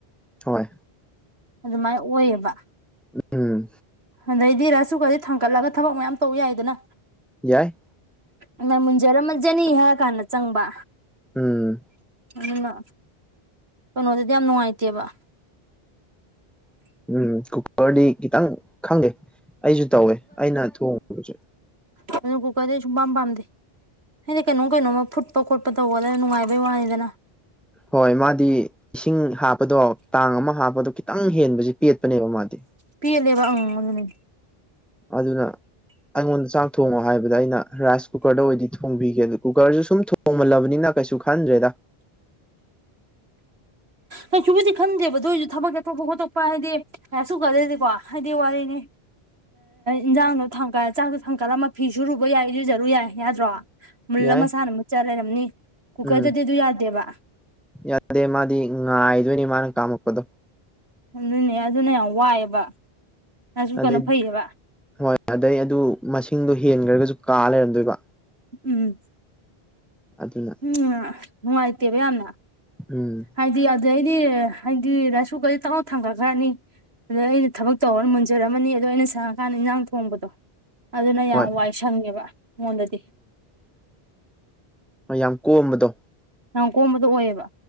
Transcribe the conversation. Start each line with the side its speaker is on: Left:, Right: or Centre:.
Centre: ꯍꯣꯏ
Right: ꯑꯗꯨꯃꯥꯏꯅ ꯑꯣꯏꯌꯦꯕ
Centre: ꯎꯝ
Right: ꯑꯗꯩꯗꯤ ꯔꯥꯏꯁ ꯀꯨꯀꯔꯖꯦ ꯊꯥꯡꯒꯠꯂꯒ ꯊꯕꯛ ꯃꯌꯥꯝ ꯇꯧ ꯌꯥꯏꯗꯅ
Centre: ꯌꯥꯏ
Right: ꯑꯅ ꯃꯨꯟꯖꯔꯝꯃꯖꯅꯤ ꯍꯥꯏꯔ ꯀꯥꯟꯗ ꯆꯪꯕ
Centre: ꯎꯝ
Right: ꯑꯗꯨꯅ ꯀꯩꯅꯣꯗꯗꯤ ꯌꯥꯝ ꯅꯨꯡꯉꯥꯏꯇꯦꯕ
Centre: ꯎꯝ ꯀꯨꯀꯔꯗꯤ ꯈꯤꯇꯪ ꯈꯪꯗꯦ ꯑꯩꯁꯨ ꯇꯧꯋꯦ ꯑꯩꯅ ꯊꯣꯡꯕꯖꯦ
Right: <unintelligible> ꯗꯤ ꯁꯨꯝ ꯄꯥꯝ ꯄꯥꯝꯗꯦ ꯍꯥꯏꯗꯤ ꯀꯩꯅꯣꯝ ꯀꯩꯅꯣꯝꯃꯥ ꯐꯨꯠꯄ ꯈꯣꯠꯄ ꯇꯧꯕꯗꯅ ꯅꯨꯡꯉꯥꯏꯕꯩ ꯋꯥꯅꯤꯗꯅ
Centre: ꯍꯣꯏ ꯃꯥꯗꯤ ꯏꯁꯤꯡ ꯍꯥꯞꯄꯗꯣ ꯇꯥꯡ ꯑꯃ ꯍꯥꯞꯄꯗꯣ ꯈꯤ ꯈꯤꯇꯪ ꯍꯦꯟꯕꯁꯤ ꯄꯦꯠꯄꯅꯦꯕ ꯃꯥꯗꯤ
Right: ꯄꯤꯠꯂꯦꯕ ꯎꯝ ꯑꯗꯨꯅꯤ
Centre: ꯑꯗꯨꯅ ꯑꯩꯉꯣꯟꯗ ꯆꯥꯛ ꯊꯣꯡꯉꯣ ꯍꯥꯏꯕꯗ ꯑꯩꯅ ꯔꯥꯏꯁ ꯀꯨꯀꯔꯗ ꯑꯣꯏꯗꯤ ꯊꯣꯡꯕꯤꯒꯦ ꯑꯗꯨ ꯀꯨꯀꯔꯖꯨ ꯁꯨꯝ ꯇꯣꯡꯃꯜꯂꯕꯅꯤꯅ ꯀꯩꯁꯨ ꯈꯟꯗ꯭ꯔꯦꯗ
Right: ꯀꯩꯁꯨꯕꯨꯗꯤ ꯈꯟꯗꯦꯕ ꯑꯗꯨ ꯑꯣꯏꯁꯨ ꯊꯕꯛ ꯆꯥꯊꯣꯛꯄ ꯈꯣꯠꯇꯣꯛꯄ ꯍꯥꯏꯗꯤ ꯔꯥꯏꯁꯀꯨꯀꯥꯔ ꯗꯥꯗꯤꯀꯣ ꯍꯥꯏꯗꯤ ꯋꯥꯔꯤꯅꯤ ꯏꯟꯖꯥꯡꯗꯣ ꯊꯥꯡꯀꯠ ꯆꯥꯛꯇꯣ ꯊꯥꯡꯀꯠ ꯂꯝꯃꯥ ꯐꯤ ꯁꯨꯔꯨꯕ ꯌꯥꯏ ꯏꯔꯨꯖꯥꯔꯨ ꯌꯥꯏ ꯌꯥꯗ꯭ꯔꯣ ꯃꯨꯜ
Centre: ꯌꯥꯏ
Right: ꯃꯁꯥꯟꯅ ꯃꯨꯠꯆꯥ ꯂꯩꯔꯝꯅꯤ ꯀꯨꯀꯔꯗꯗꯤ
Centre: ꯎꯝ
Right: ꯑꯗꯨ ꯌꯥꯗꯦꯕ
Centre: ꯌꯥꯗꯦ ꯃꯥꯗꯤ ꯉꯥꯏꯗꯣꯏꯅꯤ ꯃꯥꯅꯥ ꯀꯥꯝꯃꯛꯄꯥꯗꯣ
Right: ꯑꯗꯨꯅꯦ ꯑꯗꯨꯅ ꯌꯥꯝ ꯋꯥꯏꯑꯦꯕ ꯔꯥꯏꯁꯀꯨꯀꯔꯅ
Centre: ꯑꯗꯩ
Right: ꯐꯩꯌꯦꯕ
Centre: ꯍꯣꯏ ꯑꯗꯩ ꯑꯗꯨ ꯃꯁꯤꯡꯗꯣ ꯍꯦꯟꯈ꯭ꯔꯒꯁꯨ ꯀꯥ ꯂꯩꯔꯝꯗꯣꯏꯕ
Right: ꯎꯝ
Centre: ꯑꯗꯨꯅ
Right: ꯎꯝ ꯅꯨꯡꯥꯏꯇꯦꯕ ꯌꯥꯝꯅ
Centre: ꯎꯝ
Right: ꯍꯥꯏꯗꯤ ꯑꯗꯨꯗꯩꯗꯤ ꯍꯥꯏꯗꯤ ꯔꯥꯏꯁ ꯀꯨꯀꯔꯗꯤ ꯇꯛꯂꯥꯎꯅꯥ ꯊꯥꯡꯒꯠꯈ꯭ꯔꯅꯤ ꯑꯗꯥ ꯑꯩꯅ ꯊꯕꯛ ꯇꯧꯔꯒ ꯃꯨꯟꯖꯔꯝꯃꯅꯤ ꯑꯗꯣ ꯑꯩꯅ ꯁꯪꯉꯥꯀꯥꯟꯗ ꯏꯟꯖꯥꯡ ꯊꯣꯡꯕꯗꯣ ꯑꯗꯨꯅ ꯌꯥꯝ
Centre: ꯍꯣꯏ
Right: ꯋꯥꯏ ꯁꯪꯉꯦꯕ ꯑꯩꯉꯣꯟꯗꯗꯤ
Centre: ꯍꯣꯏ ꯌꯥꯝ ꯀꯣꯝꯕꯗꯣ
Right: ꯌꯥꯝ ꯀꯣꯝꯕꯗꯣ ꯑꯣꯏꯌꯦꯕ